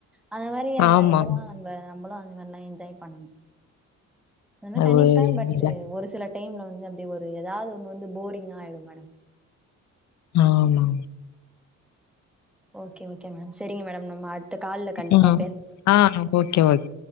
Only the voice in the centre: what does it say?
அந்த மாரி அந்த
இதெலா நம்ம நம்மளு அந்த மாரிலா என்ஜாய் பண்ணணு அதுனா
தனிப்பே
பட்
ஒரு சில டைம்ல வந்து அப்டி ஒரு ஏதாவது ஒண்ணு வந்து போரிங்கா ஆயிடு மேடம்
ஓகே ஓகே மேடம் சரிங்க மேடம் நம்ம அடுத்த கால்ல கண்டிப்பா
பேச